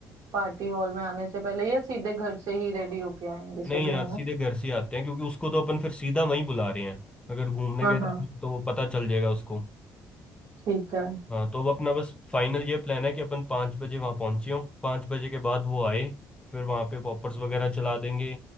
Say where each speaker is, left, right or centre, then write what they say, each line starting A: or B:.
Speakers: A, on the right (about 65°); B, on the left (about 15°).
A: पार्टी हॉल में आने से पहले या सीधे घर से ही रेडी होके आएंगे सभी
B: नहीं यार
A: है ना
B: सीधे घर से ही आते हैं क्योंकि उसको तो अपन फिर सीधा वहीं बुला रहे हैं अगर घूमने
A: हाँ
B: गए तो
A: हाँ
B: तो वो पता चल जाएगा उसको
A: ठीक है
B: हाँ तो अब अपना बस फाइनल ये प्लान है कि अपन पाँच बजे वहाँ पहुँचे हों पाँच बजे के बाद वो आए फिर वहाँ पे पॉपर्स वगैरह चला देंगे